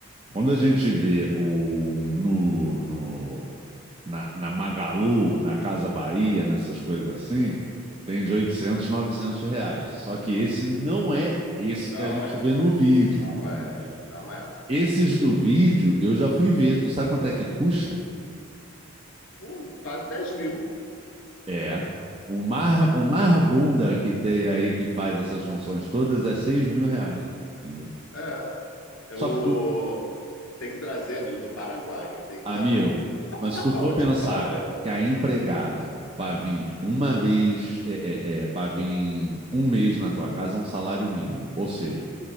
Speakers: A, on the right; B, on the left.
A: quando a gente vê o no, no na, na Magalu, na Casa Bahia, nessas coisas assim, tem de 800 900 reais. Só que esse não é esse
B: não
A: que a gente
B: é,
A: vê no vídeo,
B: não
A: entendeu?
B: é, não é.
A: Esses do vídeo eu já fui ver. Tu sabe quanto é que custa?
B: Hum, quase 10 mil.
A: É. O mar, o mar bunda que tem aí que faz essas funções todas é seis mil reais. Entendeu?
B: É. É o...
A: Só que tu,
B: Tem que trazer, amigo, do Paraguai. Tem
A: amigo,
B: que ir lá
A: mas
B: <laughs>
A: se tu for
B: ou
A: pensar
B: de fora.
A: que a empregada para vir uma vez, é, para vir um mês na tua casa é um salário mínimo. Ou seja,